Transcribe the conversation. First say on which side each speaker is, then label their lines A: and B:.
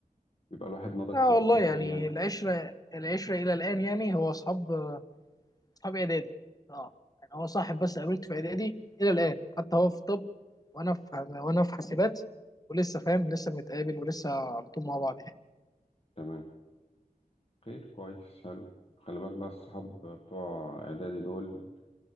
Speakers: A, on the left (about 40°); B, on the left (about 25°).
A: بيبقى الواحد نضج
B: اه
A: خلاص
B: والله
A: فكريا
B: يعني العشره العشره الى الان يعني هو اصحاب اصحاب اعدادي اه يعني هو صاحب بس قابلته في اعدادي الى الان حتى هو في طب وانا في وانا في حاسبات ولسه فاهم لسه بنتقابل ولسه على طول مع بعض يعني
A: تمام خير كويس حلو خلي بالك بقى الصحاب بتوع اعدادي دول